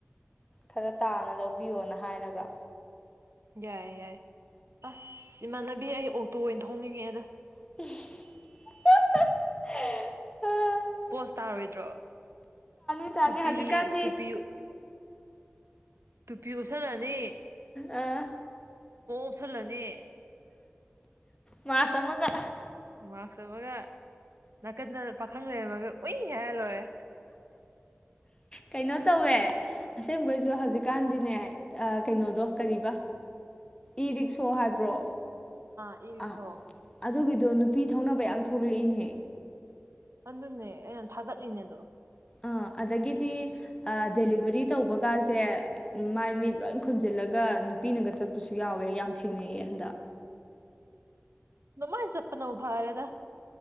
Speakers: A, on the left; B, on the right.
A: ꯈꯔ ꯇꯥꯅ ꯂꯧꯕꯤꯌꯣꯅ ꯍꯥꯏꯔꯒꯥ
B: ꯌꯥꯏ ꯌꯥꯏ ꯑꯁ ꯏꯃꯥꯟꯅꯕꯤ ꯑꯩ ꯑꯣꯇꯣ ꯑꯣꯏꯅ ꯊꯣꯡꯅꯤꯡꯉꯛꯑꯦꯗ
A: ꯎꯝ
B: ꯄꯣꯁ ꯇꯥꯔꯣꯏꯗ꯭ꯔꯣ
A: ꯇꯥꯅꯤ
B: ꯇꯨꯄꯤ
A: ꯍꯧꯖꯤꯛꯀꯥꯟꯗꯤ
B: ꯇꯨꯄꯤ ꯇꯨꯄꯤ ꯎꯞꯁꯜꯂꯥꯅꯤ
A: ꯑꯥ
B: ꯎꯞꯁꯜꯂꯅꯤ
A: ꯃꯥꯛꯁ ꯑꯃꯒ
B: ꯃꯥꯛꯁ ꯑꯃꯒ ꯅꯥꯀꯟꯗ ꯄꯥꯈꯪ ꯂꯩꯔꯝꯃꯒ ꯎꯏ ꯍꯥꯏꯔ ꯂꯣꯏꯔꯦ
A: ꯀꯩꯅꯣ ꯇꯧꯋꯦ ꯑꯁꯦꯡꯕꯩꯁꯨ ꯍꯧꯖꯤꯛꯀꯥꯟꯗꯤꯅꯦ ꯀꯩꯅꯣꯗꯣ ꯀꯔꯤꯕ ꯏꯔꯤꯛꯁꯣ ꯍꯥꯏꯕ꯭ꯔꯣ
B: ꯏ ꯔꯤꯛꯁꯣ
A: ꯑꯥ ꯑꯗꯨꯒꯤꯗꯣ ꯅꯨꯄꯤ ꯊꯧꯅꯕ ꯌꯥꯝ ꯊꯣꯛꯂꯛꯏꯅꯦ
B: ꯑꯗꯨꯅꯦ ꯑꯩ ꯌꯥꯝ ꯊꯥꯒꯠꯂꯤꯅꯦꯗꯣ
A: ꯑꯥ ꯑꯗꯒꯤꯗꯤ ꯗꯦꯂꯤꯕꯔꯤ ꯇꯧꯕꯒꯁꯦ ꯃꯥꯏ ꯃꯤꯠ ꯂꯣꯏ ꯈꯨꯝꯖꯤꯜꯂꯒ ꯅꯨꯄꯤꯅꯒ ꯆꯠꯄꯁꯨ ꯌꯥꯎꯋꯦ ꯌꯥꯝ ꯊꯦꯡꯅꯩ ꯍꯟꯗꯛ
B: ꯑꯗꯨꯃꯥꯏꯅ ꯆꯄꯅꯕꯨ ꯐꯔꯦꯗ